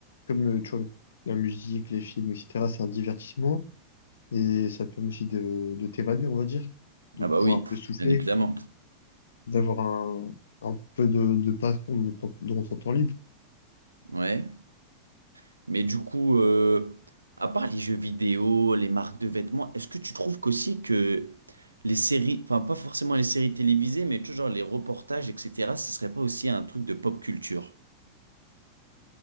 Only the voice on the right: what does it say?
Ah
bah oui,
bien évidemment.
Ouais. Mais du coup, euh, à part les jeux vidéo, les marques de vêtements, est-ce que tu trouves qu'aussi que les séries, enfin pas forcément les séries télévisées, mais toujours les reportages, etc., ce serait pas aussi un truc de pop culture?